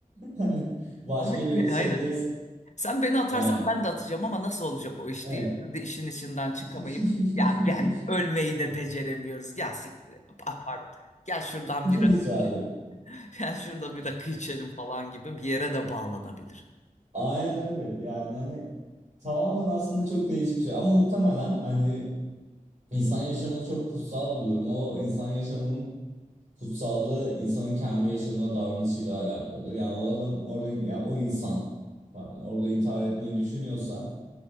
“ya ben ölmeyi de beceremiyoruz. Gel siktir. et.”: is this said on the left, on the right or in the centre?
Left